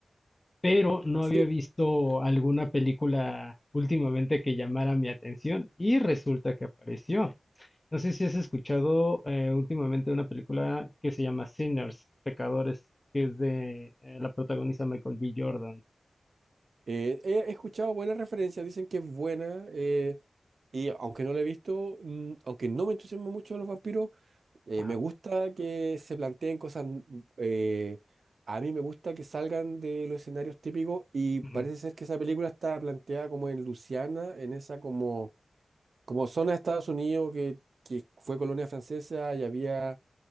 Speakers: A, on the left; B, on the right.
A: pero no
B: <laughs> Sí,
A: había visto alguna película últimamente que llamara mi atención y resulta que apareció. No sé si has escuchado eh, últimamente una película que se llama Sinners, Pecadores, que es de eh, la protagoniza Michael B. Jordan.
B: Eh, he he escuchado buenas referencias, dicen que es buena, eh, y aunque no la he visto, mm, aunque no me entusiasma mucho los vampiros, eh,
A: Ajá.
B: me gusta que se planteen cosas, n- eh, a mí me gusta que salgan de los escenarios típicos y parece
A: ujú,
B: ser que esa película está planteada como en Luisiana, en esa como, como zona de Estados Unidos que, que fue colonia francesa y había